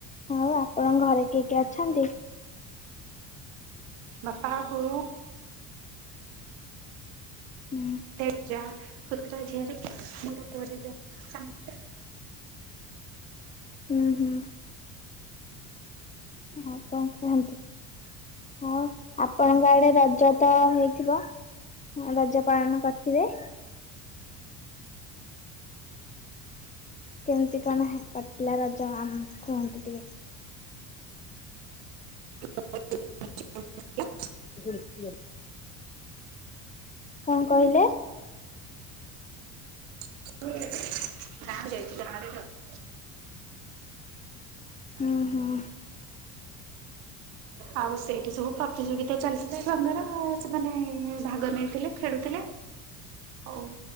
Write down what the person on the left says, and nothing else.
ଆଉ ଆପଣଙ୍କ ଘରେ କିଏ କିଏ ଅଛନ୍ତି?
ହୁଁ।
ହୁଁ, ହୁଁ। ହଉ କଣ କୁହନ୍ତୁ? ହଁ ଆପଣଙ୍କ ଆଡେ ରଜ ତ ହେଇଥିବ? ରଜ ପାଳନ କରିଥିବେ? କେମିତି କଣ କଟିଲା ରଜ ଆମ କୁହନ୍ତି ଟିକେ?
<unintelligible> କଣ କହିଲେ?
ହୁଁ, ହୁଁ।